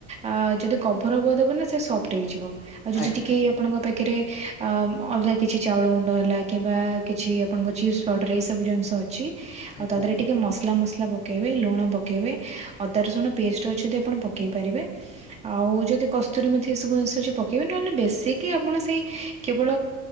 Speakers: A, on the right; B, on the left.
A: ଆ କଭରବ ଦବ ନା ସେ ସଫ୍ଟ ହେଇଯିବ ଆଉ ଯଦି
B: ଆଜ୍ଞା
A: ଟିକେ ଆପଣଙ୍କ ପାଖରେ ଅ ଅଲଗା କିଛି ଚାଉଳ ଗୁଣ୍ଡ ହେଲା କିମ୍ବା କିଛି ଆପଣଙ୍କ ଚିପ୍ସି। ପାଉଡ୍ଡର ଏ ସବୁ ଜିନିଷ ଅଛି
B: ଆଜ୍ଞା
A: ଆଉ ତା ପରେ
B: ଆଜ୍ଞା
A: ଟିକେ ମଶ୍ ତେଲ ମସଲା ପକେଇବେ ଲୁଣ ପକେଇବେ ଅଦା ରସୁଣ ପେଷ୍ଟ ଅଛି ଯଦି ଆପଣ ପକେଇ ପାରିବେ। ଆଉ ଯଦି କଶ୍ କସ୍ତୁରି ମେଥି ଏ ସବୁ ଅଛି ଯଦି ପକେଇବେ ନହେଲେ ବେଶିକ ଆପଣ ସେଇ କେବଳ